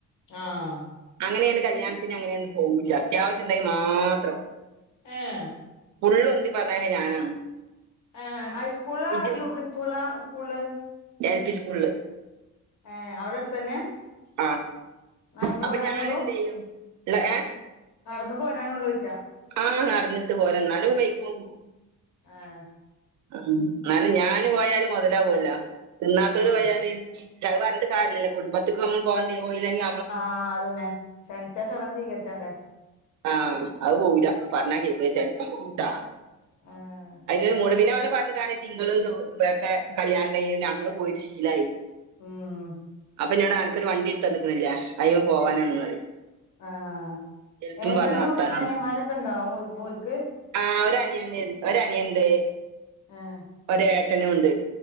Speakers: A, on the left (about 85°); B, on the right (about 70°).
A: ആഹ്
B: അങ്ങനെയന്ന് കല്യാണത്തിന് അങ്ങനെയൊന്നും പോകില്ല അത്യാവശ്യം ഉണ്ടെങ്കിൽ മാത്രം
A: ഏഹ്
B: ഫുള്ള് ഉന്തി പറഞ്ഞയക്കല് ഞാനാണ്
A: ആഹ് ഹൈസ്കൂളാ
B: ഇത്
A: യു പി സ്കൂളാ സ്കൂള്
B: എൽ പി സ്കൂളില്
A: ഏഹ് അവിടെ അടുത്തന്നെ
B: ആഹ്
A: നടന്നു
B: അപ്പൊ
A: പോരാനുള്ളൂ
B: ഞാൻ എന്ത് ചെയ്യും ഏഹ്
A: നടന്ന് പോരാനള്ളു പോയ്ച്ചാ
B: ആഹ് നടന്നിട്ട് പോര എന്നാലും വൈക്കുമ്പ പോകും
A: ആഹ്
B: ഉം എന്നാലും ഞാന് പോയാല് മുതലാവൂല്ല തിന്നാത്തര്
A: ആഹ്
B: പോയാല് ച അത് പറഞ്ഞട്ട കര്യാല്ലല്ലോ കുടുംബത്തിക്ക് നമ്മള് പോണ്ട് പോയില്ലങ്കി
A: ആഹ് അതന്നെ ക്ഷണിച്ചാ ക്ഷണം സീകരിച്ചണ്ടേ
B: ആം അത് പോവുല പറഞ്ഞാ കേക്കുല ചെലപ്പം പോവുട്ടാ
A: ആഹ്
B: അതിലൊരു മുടിവില് പിന്നെ അവന് പറഞ്ഞ കാര്യം തിങ്കളും ചൊ ഒക്കെ കല്യാണം ണ്ടെങ്കിക്കെ നമ്മള് പോയിട്ട് ശീലായി
A: ഉം
B: അപ്പൊ നി വിടെ അനക്കൊരു വണ്ടി എടുത്ത് തന്നിരിന്നില്ലെ അയിമേ പോവാനാണന്ന് പറയും
A: ആഹ്
B: എളുപ്പം
A: ഏട്ടനും
B: പറഞ്ഞ വർത്താനാണ്
A: അനിയൻ മാരൊക്കെ ഉണ്ടാവുമോ ഓൾക്ക്
B: ആഹ് ഒരു അനിയുണ്ട് ഒരു അനിയുണ്ട്
A: ആഹ്
B: ഒര് ഏട്ടനും ഉണ്ട്